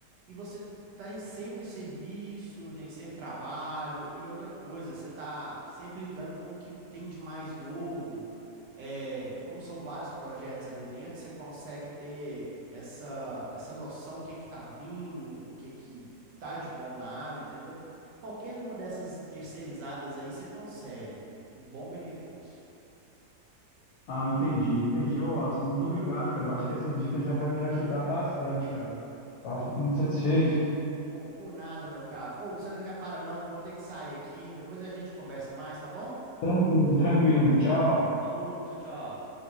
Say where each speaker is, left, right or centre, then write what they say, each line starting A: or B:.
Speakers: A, on the right (about 85°); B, on the left (about 70°).
A: e você tem sempre serviço, tem sempre trabalho, e outra coisa, você está sempre lidando com o que tem de mais novo é, como são vários projetos ali dentro, você consegue ter essa, essa noção o que que tá vindo, o que que tá de bom na área, entendeu? Qualquer uma dessas terceirizadas aí você consegue um bom benefício.
B: Ah, eu entendi, entendi, ô Wallace. Muito obrigado, cara. Eu acho que essas dicas já vai me ajudar bastante, cara. Tá? Fico muito satisfeito.
A: Ou por nada, meu caro. Ou você não repara não, vou ter que sair aqui, depois a gente conversa mais, tá bom?
B: Tranquilo, tranquilo. Tchau.
A: Falou, tchau, tchau.